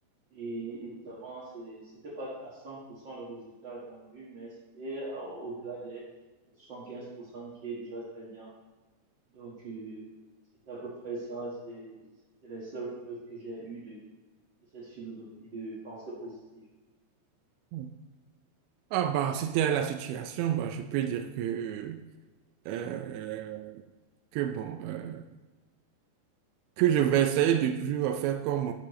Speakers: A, on the right (about 50°); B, on the right (about 90°).
A: Et évidemment, c'est- c'était pas à 100% le résultat attendu, mais c'était à- au-delà des 75% qui est déjà très bien. Donc, euh, c'était à peu près ça. C'est c'est la seule preuve que j'ai eue de, de cette philosophie de pensée positive.
B: Mm. Ah bah, c'était la situation, bah, je peux dire que, euh, que bon, euh, que je vais essayer de toujours faire comme